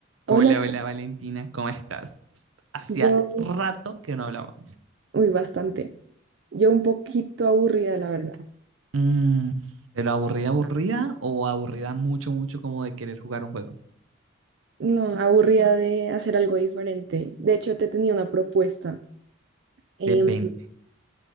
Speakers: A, on the right; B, on the right.
A: Hola,
B: Hola,
A: hola Valentina, ¿cómo estás? Hacía
B: yo,
A: rato que no hablábamos.
B: uy, bastante. Yo un poquito aburrida, la verdad.
A: Mm, ¿pero aburrida, aburrida o aburrida mucho, mucho como de querer jugar un juego?
B: No, aburrida de hacer algo diferente. De hecho, te tenía una propuesta. Em,
A: Depende.